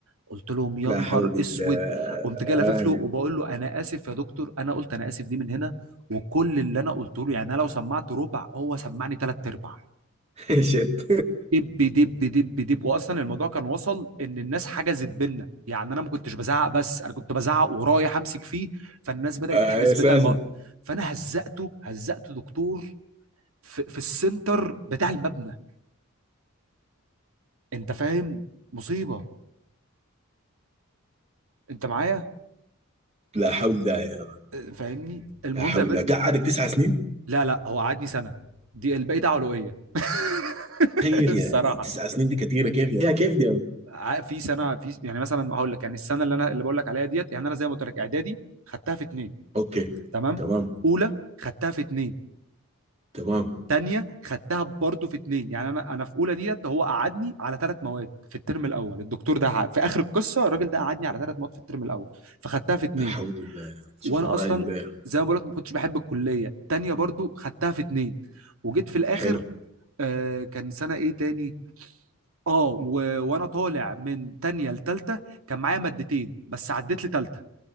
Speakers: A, on the right; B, on the right.
A: قلت لهم يا
B: لا
A: نهار
B: حول الله
A: اسود قمت جاي لافف له وبقول
B: <laughs>
A: له انا اسف يا دكتور انا قلت انا اسف دي من هنا وكل اللي انا قلته له يعني انا لو سمعت ربع هو سمعني ثلاث ارباع
B: آه شيت
A: دب دب دب دب واصلا الموضوع كان وصل ان الناس حجزت بينا يعني انا ما كنتش بزعق بس انا كنت بزعق ورايح امسك فيه فالناس بدات
B: اي
A: تحجز
B: اساسا
A: بينا الموضوع فانا هزقته هزقته دكتور في, في السنتر بتاع المبنى انت فاهم مصيبه انت معايا
B: لا حول الله يا مان
A: أه، فاهمني المهم
B: لا حول
A: يا باشا
B: الله قعدك تسع سنين
A: لا لا هو قعدني سنه دي الباقي ده علوئيه <laughs>
B: تخيل
A: الصراحه
B: يعني تسع سنين دي كثيره كيف يا يا كيف دي يا مان؟
A: ع- في سنه في يعني مثلا هقول لك يعني السنه اللي انا اللي بقول لك عليها ديت يعني انا زي ما قلت لك اعدادي خدتها في اتنين
B: اوكي
A: تمام
B: تمام
A: اولى خدتها في اتنين
B: تمام
A: تانية خدتها برضه في اتنين يعني انا انا في اولى ديت هو قعدني على ثلاث مواد في الترم الاول الدكتور ده ع- في اخر القصه الراجل ده قعدني على ثلاث مواد في الترم الاول فخدتها في اتنين
B: لا حول الله يا مان. شوف
A: وانا
B: الراجل
A: اصلا
B: ده يا مان.
A: زي ما بقول لك ما كنتش بحب الكليه تانية برضه خدتها في اتنين وجيت في الاخر
B: حلو
A: آه كان سنه ايه تاني اه و... وانا طالع من تانية لتالتة كان معايا مادتين بس عديت لتالتة